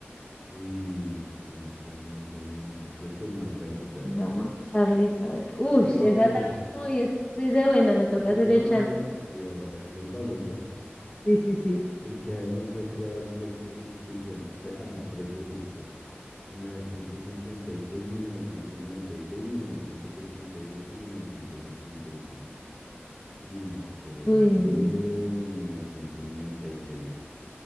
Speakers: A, in the centre; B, on the left.
A: Y que Antonio Blair, no, creo que es Margaret Thatcher.
B: Vamos, Charles, a ver. Uy,
A: No,
B: esa también, uy, estoy de buena, me toca
A: no,
B: hacer el chance.
A: se ha- hace el baloto.
B: Sí, sí, sí.
A: ¿En qué año fue creado el precio justo y bueno? Ah, pre- ah, no, el precio justo. 1956, 1996, 1988, 1985. Uy, creo
B: Uy, no.
A: que 1996.